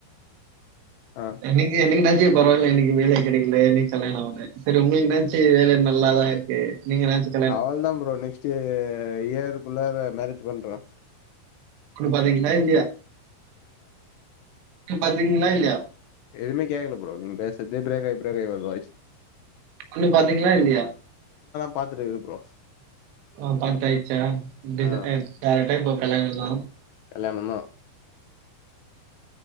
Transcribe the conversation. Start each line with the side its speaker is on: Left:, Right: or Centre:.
Left: ஆ
Right: என்னைக்கு என்னைக்கு நஞ்ச பரவாயில்ல எனக்கு வேல கிடைக்கல என்னக்கு கல்யாணம் ஆகல சேரி உங்களுக்கு ஏதாச்சு வேல நல்லாதா இருக்கு நீங்க அச்சு
Left: அவள தா ப்ரோ நெக்ஸ்ட் இயருக்குள்ள மேரேஜ் பண்ற
Right: கிரியூ பாத்தீங்களா இல்லையா பாத்தீங்கன்னா இல்லையா
Left: எதுவுமே கேக்கல ப்ரோ நீ பேசறதே பிரேக் ஆய் பிரேக் ஆய் வருது வாய்ஸ்
Right: பொண்ணு பாத்தீங்களா இல்லையா
Left: பாத்துட்டு இருக்கே ப்ரோ
Right: ஓ பாத்த ஆயச்சா டி
Left: ஆ
Right: டைரக்ட இப்போ கல்யாணம் தா
Left: கல்யாணம் தா